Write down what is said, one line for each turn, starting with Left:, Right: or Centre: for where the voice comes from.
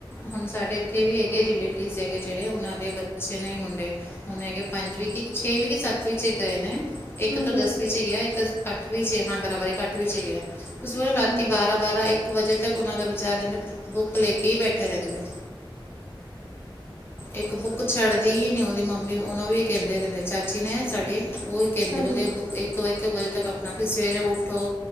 Left: ਹੁਨ ਸਾਡੇ ਇੱਥੇ ਵੀ ਹੈਗੇ, ਰਿਲੇਟਿਸ ਹੈਗੇ ਜੇੜੇ, ਓਨਾਂ ਦੇ ਬੱਚੇ ਨੇ ਮੁੰਡੇ ਹੁਨ ਹੈਗੇ ਪੰਜਵੀਂ‌, ਕੀ ਛੇਵੀ, ਕੀ ਸੱਤਵੀਂ 'ਚ ਗਏ ਨੇ। ਇੱਕ ਤਾ
Right: ਹੂੰ
Left: ਦਸਵੀ 'ਚ ਗਿਆ, ਇੱਕ ਅੱਠਵੀ 'ਚ ਹਾਂ ਬਰਾਬਰ ਇੱਕ ਅੱਠਵੀ 'ਚ ਗਿਆ। ਤੁਸੀ ਉਹਦਾ
Right: ਹੂੰ
Left: ਰਾਤੀ
Right: ਹੂੰ
Left: ਬਾਰਾਂ ਬਾਰਾਂ, ਇੱਕ ਵਜੇ ਤੱਕ ਉਨ੍ਹਾਂ ਦਾ ਵਿਚਾਰਿਆਂ ਦੇ ਬੁੱਕ ਲੇ ਕੇ ਈ ਬੈਠੇ ਰੈਂਦੇ। ਏਕ ਬੁੱਕ ਛੱਡਦੀ ਨੀ ਓਦੀ ਮੰਮੀ, ਓਨੂੰ ਵੀ ਕਹਿੰਦੇ ਰਿੰਦੈਂ, ਚਾਚੀ ਨੇ ਸਾਡੇ ਓ ਕੈਂਦੇ,
Right: ਹਾਂਜੀ
Left: ਬੋਲਦੇ ਬੁੱਕ ਇੱਕ-ਇੱਕ ਵਜੇ ਤੱਕ ਆਪਨਾ, ਫੇਰ ਸਵੇਰੇ ਉੱਠੋ।